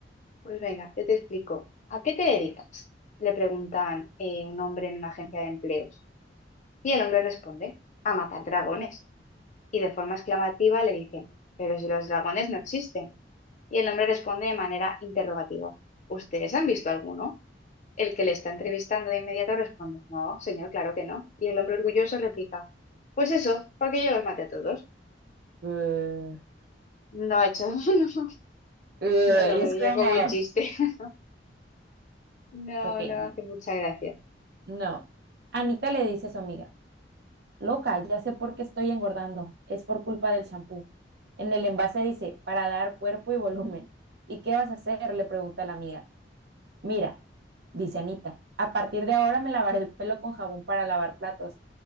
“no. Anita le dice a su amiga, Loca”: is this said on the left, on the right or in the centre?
Right